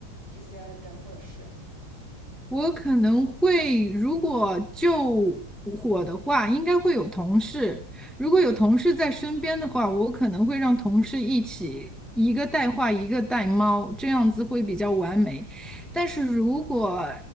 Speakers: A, on the right (about 25°); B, in the centre.
A: 这些人或者事。
B: 我可能会，如果救火的话，应该会有同事。如果有同事在身边的话，我可能会让同事一起，一个带画，一个带猫，这样子会比较完美。但是如果